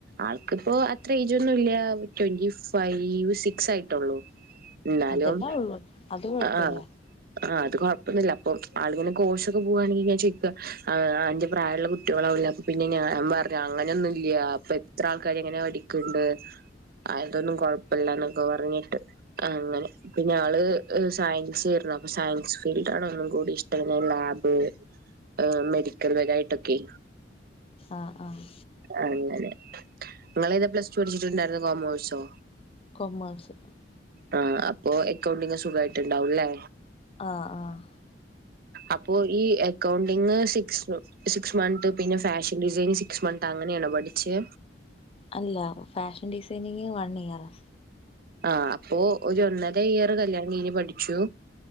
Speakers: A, on the right; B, on the left.
A: ആൾക്കിപ്പോ അത്ര ഏജ് ഒന്നൂല്ല ട്വന്റി ഫൈവ് സിക്സ് ആയിട്ടുള്ളൂ. എന്നാലും
B: അതെല്ലാം ഉള്ളു അത് കൊഴപ്പില്ല
A: ആഹ് ആഹ് അത് കുഴപ്പൊന്നുമില്ല അപ്പൊ ആളിങ്ങനെ കോഴ് ഒക്കെ പോവുകവാണെങ്കിൽ ഞാൻ ചോക്കുക അന്റെ പ്രായമുള്ള കുട്ടികളാവില്ല പിന്നെ ഞാൻ പറഞ്ഞ അങ്ങനെയൊന്നുംല്ല അപ്പൊ എത്ര ആൾക്കാരാ അങ്ങനെ പഠിക്കണ്ട് അതൊന്നും കുഴപ്പമില്ലന്നൊക്കെ പറഞ്ഞിട്ട് ആ അങ്ങനെ പിന്നെ യാള് സയൻസീർന്നു അപ്പൊ സയൻസ് ഫീൽഡാണ് ഒന്നും കൂടി ഇഷ്ടമ് ലാബ് അഹ മെഡിക്കൽ പരമായിട്ടൊക്കെ
B: ആഹ് ആഹ്
A: അങ്ങനെ നിങ്ങളേത് പ്ലസ് ടു പഠിച്ചിട്ടുണ്ടായിരുന്നു. കോമേഴ്സോ
B: കൊമഴ്സ്
A: അഹ അപ്പൊ എക്കൗണ്ടിങ് സുഖമായിട്ട്ണ്ടാവുംല്ലേ
B: അഹ് അഹ്
A: അപ്പോ ഈ അക്കൗണ്ടിങ് സിക്സ് സിക്സ് മന്ത് പിന്നെ ഫാഷൻ ഡിസൈൻ സിക്സ് മന്ത് അങ്ങനെ യാണൊപഠിച്ചെ
B: അല്ല ഫാഷൻ ഡിസൈനിങ്ങ് വൺ ഇയറാ
A: ആഹ അപ്പോ ഒരു ഒന്നര ഇയർ കല്യാണം കഴിഞ്ഞ് പഠിച്ചു